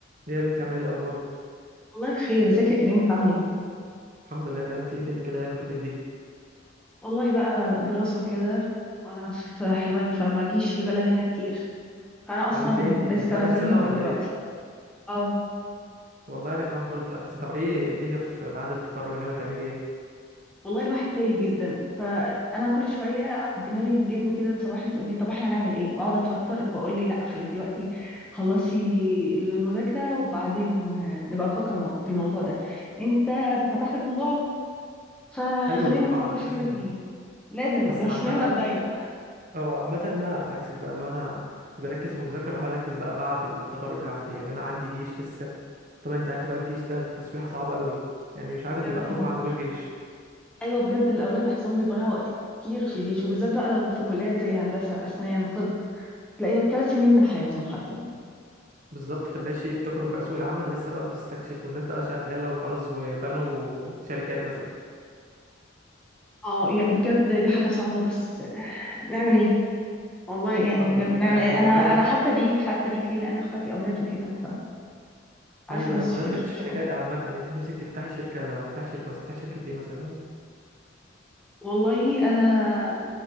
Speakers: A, on the right; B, in the centre.
A: ليه يا بنتي عامله ايه الاخبار
B: والله بخير ازيك يا كريم بتعمل ايه
A: الحمد لله تمام انت ايه فين كده الايام اللي فاتت دي
B: والله بقى دراسة وكده وانا في حلوان فما جيش البلد هنا كتير فانا
A: طب
B: اصلا
A: انت ايه انت في
B: لسه نازله
A: اخر سنه
B: الويكند
A: ولا
B: دلوقتي
A: ايه
B: اه
A: والله انا كمان برضه في اخر سنه طب ايه الدنيا في بعد التخرج ناويه تعملي ايه
B: والله الواحد تايه جدا فانا كل شويه دماغي تجيبني كده تصوحني تقول لي طب احنا هنعمل ايه واقعد اتوتر فاقول لي لا خليك دلوقتي خلصي المذاكره وبعدين آه، نبقى نفكر مو- في الموضوع ده انت فتحت الموضوع فخلينا
A: ايوه طبعا
B: نتناقش
A: لازم
B: كده فيه لازم مش
A: بس عامه
B: نهرب دايما
A: او عامه انا عكسك بقى لو انا اللي بركز في المذاكره بحاول اركز بقى بعد التخرج هعمل ايه يعني انا عندي جيش لسه طبعا انت عارفه بقى الجيش ده تسويحه صعبه قوي يعني مش
B: بجد
A: عارف انتوا بختكم
B: اه
A: ما عندكوش جيش
B: ايوه بجد الاولاد بحسهم بيضيعوا وقت كتير في الجيش وبالذات بقى لو في كليات زي هندسه اسنان طب تلاقيها ثلاث سنين من حياتهم حرفيا
A: بالظبط في اللاشيء بتخرج بقى سوق العمل لسه بقى بتستكشف والناس بقى شغاله وخلاص وبنوا شركات مثلا
B: اه يا- بجد دي حاجه صعبه بس آه، نعمل ايه والله يعني
A: أبو-
B: بجد نعمل
A: يعني
B: ايه
A: بمناسبة
B: انا انا حاسه بيك حاسه بيك ليه لان اخواتي اولاد وكده فعارفه
A: ايوه
B: نفس
A: ايوه بمناسبه
B: الش-
A: الشركات
B: الشعور
A: عامه انت نفسك تفتحي شركه لو هتفتحي شركه بس هتفتحي شركه ايه مثلا
B: والله انا